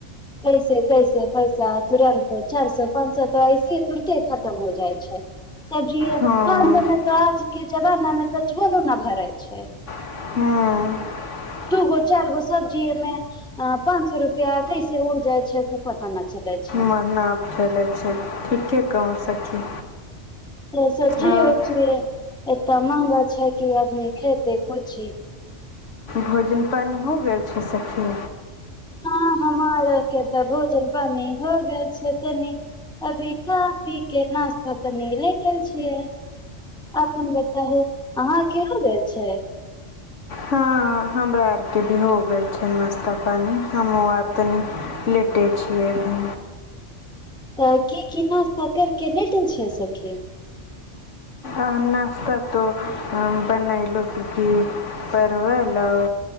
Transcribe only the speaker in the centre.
कैसे कैसे पैसा तुरन्त चार सौ पाँच शौ तऽ ऐसे तुरते खतम हो जाइ छै त
काम तमे आजके जमानाामे त झोल न भराय छै
दूगो चार गो सब्जी मे पांच सौ रुपआ कैसे उड़ जाय छै तऽ पता न चले छै
ह सब्जी
य की एते महंगा छै कि आदमी खेते कुछी
हँ हमर के तऽ भोजन पानी हो गेल छै तनी अभी तऽभी केनास तनी ले के छियै आपन बताबु अहाँ केहा गेल छै
तऽ की की नस्ता केर के लेटल छिये सखी